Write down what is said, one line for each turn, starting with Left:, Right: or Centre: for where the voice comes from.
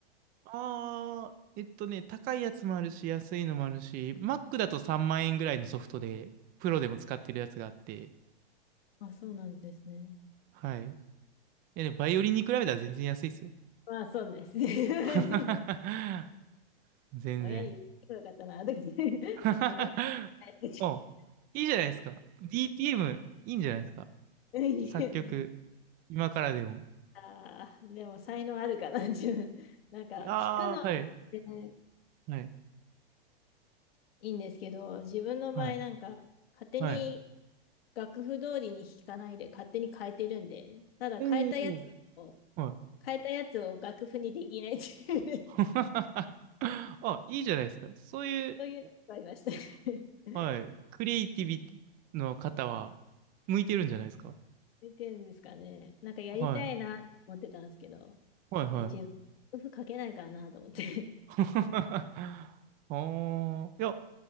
Right: ああ、えっとね、高いやつもあるし、安いのもあるし、Mac だと3万円ぐらいのソフトで、プロでも使ってるやつがあって、
Left: あ、そうなんですね。
Right: はい。いや、でもバイオリンに比べたら全然安いですよ。
Left: まあ、そうですね。<laughs>
Right: <laughs> 全然。
Left: 親に言ってよかったな、だけど、<laughs>
Right: <laughs>
Left: ボカロな
Right: お、いいじゃないですか。DTM、いいんじゃないですか。
Left: い
Right: 作曲、
Left: <laughs>
Right: 今からでも。
Left: ああでも才能あるかな、自分。なんか、
Right: いやー、
Left: 弾くの、
Right: はい、
Left: ね
Right: はい、
Left: いいんですけど、自分の場合なんか、
Right: はい、
Left: 勝手に
Right: はい。
Left: 楽譜通りに弾かないで勝手に変えてるんで、ただ変えたやつを、
Right: おー、はい。
Left: 変えたやつを楽譜にできないっていうね、
Right: <laughs> あ、いいじゃないですか。そういう、
Left: <laughs> そういうのがありました。<laughs>
Right: はい。クリエイティビティの方は、向いてるんじゃないですか
Left: 見てるんですかね。なんかやりたいなと思ってたんですけど、
Right: はい。はい、はい。
Left: で、自分、楽譜書けないからなと思って、
Right: <laughs> ああ、いや、